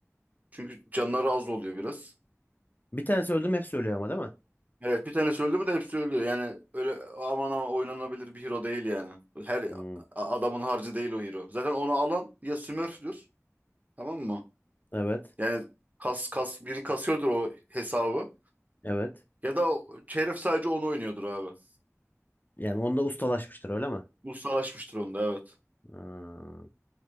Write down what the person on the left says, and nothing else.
Bir tanesi öldüm hepsi ölüyor ama değil mi?
Hı.
Evet.
Evet.
Yani onda ustalaşmıştır öyle mi?
Hı.